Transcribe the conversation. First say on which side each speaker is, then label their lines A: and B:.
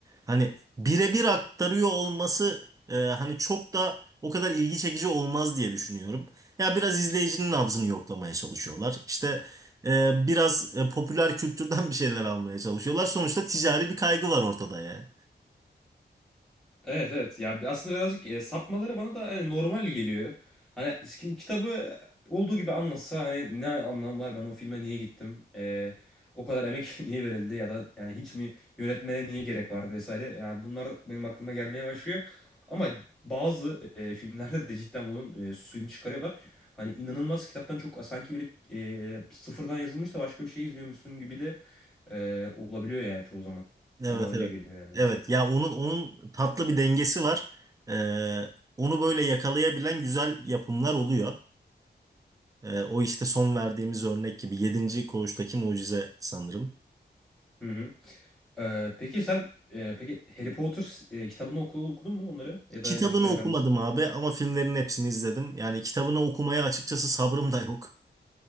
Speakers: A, on the right; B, in the centre.
A: Hani birebir aktarıyor olması e, hani çok da o kadar ilgi çekici olmaz diye düşünüyorum. Ya biraz izleyicinin nabzını yoklamaya çalışıyorlar. İşte e, biraz e, popüler kültürden bir şeyler almaya çalışıyorlar. Sonuçta ticari bir kaygı var ortada ya.
B: Evet evet ya bi- aslında birazcık e, sapmaları bana da hani normal geliyor. Hani kim kitabı olduğu gibi anlatsa hani ne anlamı var ben o filme niye gittim? E, o kadar emek <laughs> niye verildi ya da yani hiç mi yönetmene niye gerek vardı vesaire. Yani bunlar benim aklıma gelmeye başlıyor. Ama bazı e, filmlerde de cidden onun e, suyunu çıkarıyorlar. Hani inanılmaz kitaptan çok sanki bile e, sıfırdan yazılmış da başka bir şey izliyormuşsun gibi de e, olabiliyor yani çoğu zaman.
A: Evet
B: Bana öyle
A: evet.
B: geliyor yani en
A: Evet
B: azından.
A: ya onun onun tatlı bir dengesi var. E, onu böyle yakalayabilen güzel yapımlar oluyor. E, o işte son verdiğimiz örnek gibi yedinci Koğuştaki Mucize sanırım.
B: Hı hı. Ee, peki sen e, peki Harry Potter e, kitabını oku- okudun mu onları? Ya
A: Kitabını
B: da Yüzükler Efendisi
A: okumadım
B: mi?
A: abi ama filmlerin hepsini izledim. Yani kitabını okumaya açıkçası sabrım da yok.